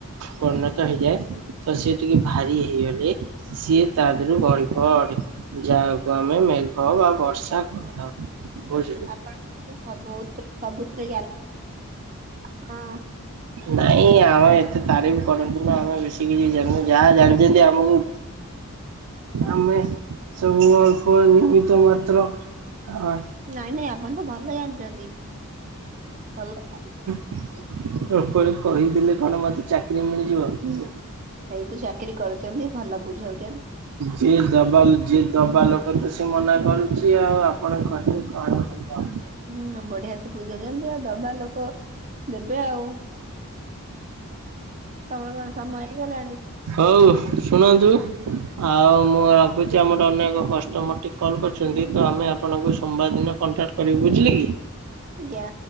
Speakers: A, on the right; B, on the right.
A: ପରିଣ ତ ହେଇଯାଏ। ତ ସେ ଟିକେ ଭାରି ହେଇଗଲେ ସିଏ ତାଦିରୁ ଗଲିପଡେ ଯାହାକୁ ଆମେ ମେଘ ବା ବର୍ଷା କହିଥାଉ।
B: ବା
A: ବୁଝିଲୁ
B: ଅ- ଅ ଆପଣ ଏତେ ସା ବହୁ ସବ ସବୁଥିରେ ଜ୍ଞାନ ଅଛି ହଁ।
A: ନାଇଁ ଆମର ଏତେ ତାରିଫ କରନ୍ତୁନି। ଆମେ ବେଶୀ କିଛି ଜାଣୁନୁ ଯାହା ଜାଣିଛନ୍ତି ଆମକୁ ଆମେ ସବୁ ଅଳ୍ପ ନିମିତ ମାତ୍ର ହ
B: ନାଇଁ ନାଇଁ ଆପଣ ତ ଭଲ ଜାଣିଛନ୍ତି ଭଲ
A: ଲୋକ ଆଗରେ କହିଦେଲେ କଣ ମତେ ଚାକିରି ମିଳିଯିବ କି?
B: ଏଇ ତୁ ଚାକିରି କରୁଛନ୍ତି ଭଲ ବୁଝାଉଛ
A: ଯ ଦବଲ ଯେ ଦବା ଯ କ ତ ସେ ମନା କରୁଚି ଆଉ ଆପଣ କହିଲି କଣ ହେବ?
B: ହୁଁ ବଢିଆ ସେ ବୁଝଉଛନ୍ତି ଆଉ ଦବା ଲୋକ ଦେବେ ଆଉ। ତମର କଣ ସମୟ ହେଇଗଲାଣି?
A: ହଉ ଶୁଣନ୍ତୁ। ଆଉ ମୁଁ ରଖୁଚି। ଆମର ଅନେକ କଷ୍ଟମର ଟିକେ କଲ୍ କରିୁଚନ୍ତି ତ ଆମେ ଆପଣଙ୍କୁ ସୋମବାର ଦିନ କଣ୍ଟାକ୍ଟ କରିବୁ ବୁଝିଲେ କି।
B: ଆଜ୍ଞା।